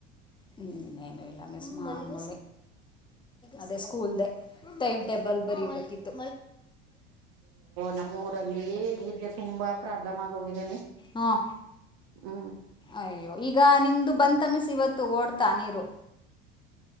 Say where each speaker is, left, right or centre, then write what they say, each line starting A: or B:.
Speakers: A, on the left; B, on the right.
A: ಹ್ಮ್ ನೇನು ಇಲ್ಲ ಮೆ ಸ ಮಾಡಿ ಅದೇ ಸ್ಕೂಲ್ ದ ಟೈಮ್ ಟೇಬಲ್ ಬರಿಬೇಕಿತ್ತು
B: ನಮ್ಮ ಊರಲ್ಲಿ ನೀರ್ಗೆ ತುಂಬಾ ಪ್ರಾಬ್ಲಮ್ ಆಗಿ ಹೋಗಿದ್ದೇನೆ
A: ಹಾಂ
B: ಹ್ಮ್
A: ಅಯ್ಯೋ ಈಗ ನಿಮ್ದು ಬಂದ ತಮಸ ಇವತ್ತು ಓಡ್ತಾ ನೀರು